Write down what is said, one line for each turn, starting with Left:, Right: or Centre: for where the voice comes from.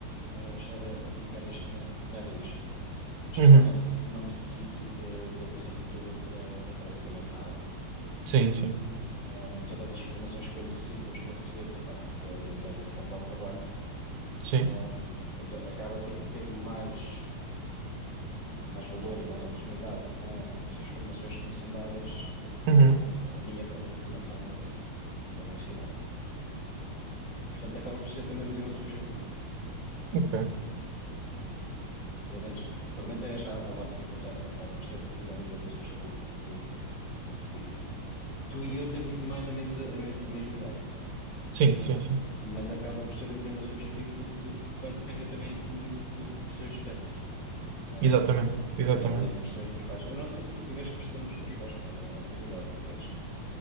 Left: uh, estar a, a dedicar este dinheiro para isto, especialmente
Right: Uhum.
Left: porque não necessito de- da licenciatura para, para praticamente nada.
Right: Sim, sim.
Left: Um, todas as formações que eu necessito, eu estou a receber por parte da, da empresa para a qual trabalho,
Right: Sim.
Left: Um, portanto, acaba até por ter mais. mais valor e mais oportunidade com estas formações que me são dadas do que
Right: Uhum.
Left: com a, for- a minha própria formação da, da universidade. Portanto, acaba por ser também um tema subjetivo.
Right: Ok.
Left: Pelo menos, pelo menos é esta a ótica que eu tenho. Acaba por ser também um tema subjetivo. porque e- tu e eu temos mais ou menos a, a mes- a mesma ideia.
Right: Sim,
Left: Ahm,
Right: sim, sim.
Left: mas acaba por ser um tema subjetivo porque vai depender também aqui muito de, de pressões externas, Ahm,
Right: Exatamente. Exatamente.
Left: nomeadamente pressões dos pais. Eu não sei se tu tiveste pressão dos teus pais para entrar na faculdade, aliás.